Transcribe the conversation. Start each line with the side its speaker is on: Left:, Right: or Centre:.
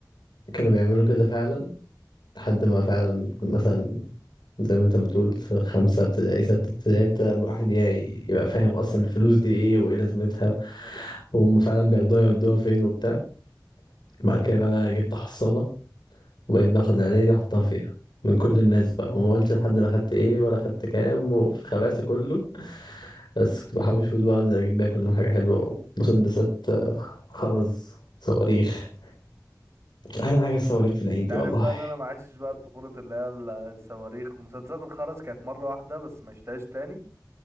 Left: كانوا بيعملوا كده فعلا لحد ما فعلا مثلا زي ما انت بتقول خمسة ابتدائي ستة ابتدائي ابتدى الواحد ي- يبقى فاهم اصلا الفلوس دي ايه وايه لازمتها
Right: بالظبط
Left: وهم فعلا بياخدوها يودوها فين وبتاع بعد كده بقى جبت حصالة وبقيت باخد العيدية دي أحطها فيها من كل الناس بقى وما قلتش لحد أنا خدت إيه ولا خدت كام وفي الخباثة كله
Right: <laughs>
Left: بس كنت بحوش فلوس بقى أنزل أجيب بيها كل يوم حاجة حلوة ومسدسات آه، خرز صواريخ أحلى حاجة الصواريخ في العيد
Right: انت
Left: دي
Right: عارف
Left: والله
Right: بقى ان انا ما عشتش بقى الطفوله اللي هي الصواريخ مسدسات الخرز كانت مره واحده بس ما عشتهاش تاني